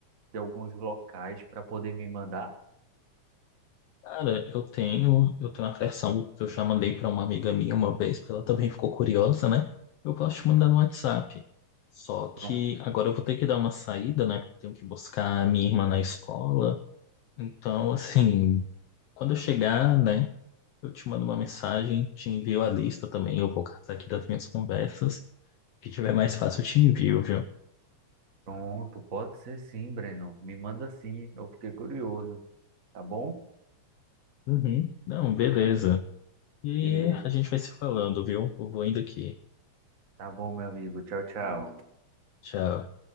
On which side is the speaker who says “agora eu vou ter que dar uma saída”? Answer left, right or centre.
Left